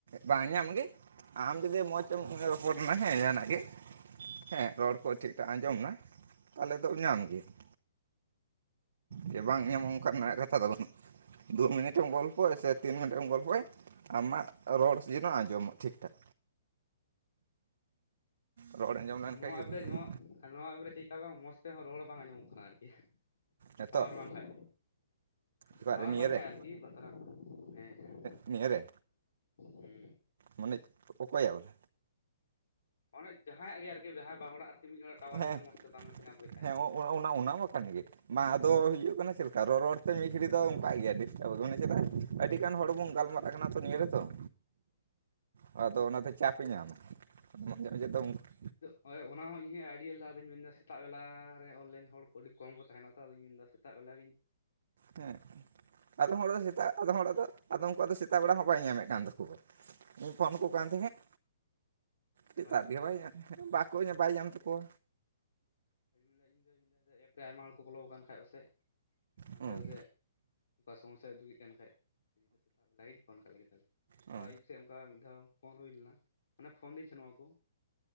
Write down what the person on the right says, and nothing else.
ᱵᱟᱝ ᱧᱟᱢᱜᱮ ᱟᱢ ᱡᱩᱫᱤ ᱢᱚᱡᱽ ᱛᱮᱢ ᱵᱮᱱᱟᱣᱼᱼ ᱨᱚᱯᱚᱲ ᱮᱱᱟ ᱦᱮᱸ ᱡᱟᱦᱟᱱᱟᱜ ᱜᱮ ᱦᱮᱸ ᱨᱚᱲ ᱠᱚ
ᱴᱷᱤᱠᱴᱷᱟᱠ ᱟᱸᱡᱚᱢ ᱮᱱᱟ ᱛᱟᱦᱚᱞᱮ ᱫᱚᱢ ᱧᱟᱢ
ᱜᱮᱭᱟ ᱾ ᱡᱮ ᱵᱟᱝ ᱮᱢ ᱚᱱᱠᱟ ᱨᱮᱱᱟᱜ ᱠᱟᱛᱷᱟ ᱫᱚ ᱵᱟᱹᱱᱩᱜᱼᱟ ᱫᱩ ᱢᱤᱱᱤᱴᱮᱢ ᱜᱚᱞᱯᱚᱼᱟ ᱥᱮ ᱛᱤᱱ ᱢᱤᱱᱤᱴᱮᱢ ᱜᱚᱞᱯᱚᱭᱼᱼ ᱟᱢᱟᱜ ᱨᱚᱲ ᱡᱮᱱᱚ ᱟᱸᱡᱚᱢᱚᱜ ᱴᱷᱤᱠ ᱴᱷᱟᱠ ᱨᱚᱲ ᱟᱸᱡᱚᱢ ᱞᱮᱱᱠᱟᱱ
ᱜᱮ
ᱦᱩᱭᱩᱜᱼᱟ᱾
ᱱᱤᱛᱚᱜ
ᱮᱵᱟᱨ
ᱱᱤᱭᱟᱹᱨᱮ
ᱱᱤᱭᱟᱹ ᱨᱮ
ᱢᱟᱱᱮ ᱚᱠᱚᱭᱟᱜ ᱵᱚᱞᱮ
ᱦᱮᱸ
ᱦᱮᱸ ᱚ- ᱚᱱᱟ ᱚᱱᱟ ᱢᱟ ᱠᱟᱱ ᱜᱮ ᱵᱟᱝ ᱟᱫᱚ ᱦᱩᱭᱩᱜ ᱠᱟᱱᱟ ᱪᱮᱫ ᱞᱮᱠᱟ ᱨᱚ ᱨᱚᱲ ᱛᱮ ᱢᱤᱫ ᱜᱷᱟᱹᱲᱤᱡ ᱫᱚ ᱚᱱᱠᱟᱜ ᱜᱮᱭᱟ ᱰᱤᱥᱴᱟᱵ ᱫᱚ ᱪᱮᱫᱟᱜ ᱟᱹᱰᱤ ᱜᱟᱱ ᱦᱚᱲ ᱵᱚᱱ ᱜᱟᱞᱢᱟᱨᱟᱜ ᱠᱟᱱᱟ ᱛᱚ ᱱᱤᱭᱟᱹ ᱨᱮᱛᱚ᱾ ᱟᱫᱚ ᱚᱱᱟᱛᱮ ᱪᱟᱯᱮ ᱧᱟᱢᱟ <unintelligible>
ᱦᱮᱸ ᱟᱫᱚᱢ ᱦᱚᱲ ᱫᱚ ᱥᱮᱛᱟᱜ ᱟᱫᱚᱢ ᱦᱚᱲᱟᱜ ᱫᱚ ᱟᱫᱚ ᱩᱱᱠᱩᱣᱟᱜ ᱫᱚ ᱥᱮᱛᱟᱜ ᱵᱮᱲᱟ ᱦᱚᱸ ᱵᱟᱭ ᱧᱟᱢᱮᱫ ᱠᱟᱱ ᱛᱟᱠᱚᱣᱟ ᱤᱧ ᱯᱷᱳᱱ ᱟᱠᱠᱚ ᱠᱟᱱ ᱛᱟᱦᱮᱸᱫ ᱞᱮᱛᱟᱜ
ᱜᱮ
ᱵᱟᱭ
ᱧᱟᱢ ᱵᱟᱠᱚ ᱵᱟᱭ ᱧᱟᱢ ᱛᱟᱠᱚᱣᱟ᱾
ᱦᱮᱸ
ᱦᱮᱸ